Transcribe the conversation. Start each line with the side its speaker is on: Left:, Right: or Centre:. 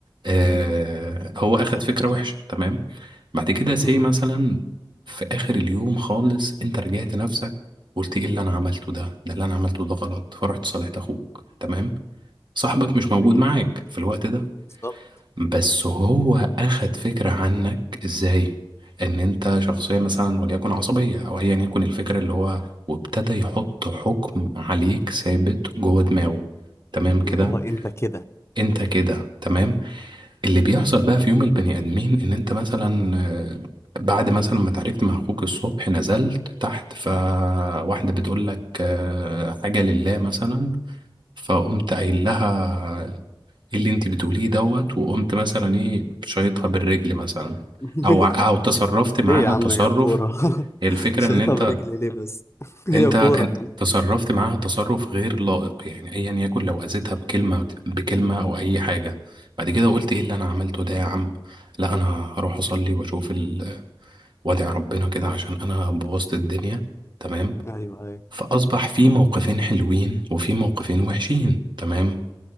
Right: آه هو اخد فكرة وحشة تمام بعد كده سي
Left: مم.
Right: مثلا في اخر اليوم خالص انت رجعت نفسك قلت ايه اللي انا عملته ده ده اللي انا عملته ده غلط فرحت صالحت اخوك تمام صاحبك مش
Left: جميل
Right: موجود معاك في الوقت ده
Left: بالظبط
Right: بس هو اخد فكرة عنك ازاي ان انت شخصية مثلا وليكن عصبية او ايا يكن الفكرة اللي هو وابتدى يحط حكم عليك ثابت جوه دماغه تمام
Left: اللي
Right: كده
Left: هو انت كده
Right: انت كده تمام اللي بيحصل بقى في يوم البني آدمين إن أنت مثلا آه، بعد مثلا ما اتعاركت مع أخوك الصبح نزلت تحت فواحدة بتقول لك آه، حاجة لله مثلا فقمت قايل لها إيه اللي أنت بتقوليه دوت وقمت مثلا إيه شايطها بالرجل مثلا
Left: <laughs>
Right: أو أو تصرفت معاها
Left: ليه يا عم
Right: تصرف
Left: هي كورة <laughs>
Right: هي الفكرة
Left: شايطها
Right: إن أنت
Left: برجلي ليه بس <laughs> هي
Right: انت
Left: كورة
Right: انت تصرفت معاها تصرف غير لائق يعني ايا يكن لو اذيتها بكلمه بكلمه او اي حاجه بعد كده قلت ايه اللي انا عملته ده يا عم لا انا هروح اصلي واشوف ال- وادعي ربنا كده عشان انا بوظت الدنيا تمام
Left: ايوه ايوه
Right: فاصبح في موقفين حلوين وفي موقفين وحشين تمام